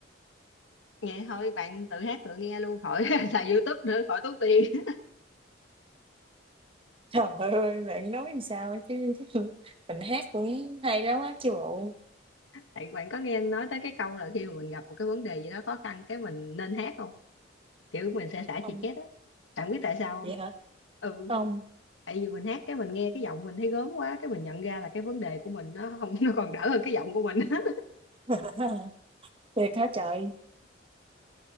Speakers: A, on the left; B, on the right.
A: nghe thôi bạn tự hát tự nghe luôn khỏi <laughs> xài YouTube nữa khỏi tốn tiền <laughs>
B: trời ơi bạn nói làm sao ấy chứ <laughs> mình hát cũng hay lắm á chứ bộ
A: bạn bạn có nghe nói tới cái câu là khi mà mình gặp một cái vấn đề gì đó khó khăn cái mình nên hát không kiểu mình sẽ xả
B: không
A: chì chét á bạn biết tại sao
B: vậy
A: không
B: hả
A: ừ
B: không
A: tại vì mình hát cái mình nghe cái giọng mình thấy gớm quá cái mình nhận ra là cái vấn đề của mình nó không nó còn đỡ hơn cái giọng của mình <laughs>
B: <laughs> thiệt hả trời